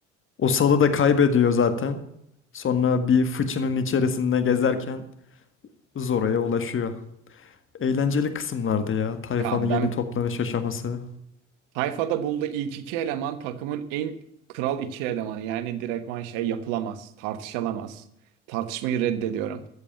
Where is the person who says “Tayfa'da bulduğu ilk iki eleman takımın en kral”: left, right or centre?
Right